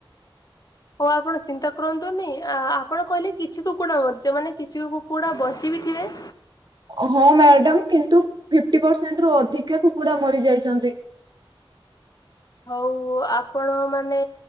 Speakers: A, on the left (about 40°); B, on the right (about 50°).
A: ହ ଆପଣ ଚିନ୍ତା କରନ୍ତୁନି, ଆପଣ କହିଲେ କିଛି କୁକୁଡା ମରିଚ ମାନେ କିଛି କୁକୁଡା ବଞ୍ଚି ବିି ଥିବେ
B: ହଁ ମ୍ୟାଡାମ କିନ୍ତୁ ଫି୍ପଟି ପରସେଣ୍ଟ ରୁ ଅଧିକା କୁକୁଡା ମରିଯାଇଛନ୍ତି।
A: ହଉ ଆପଣ ମାନେ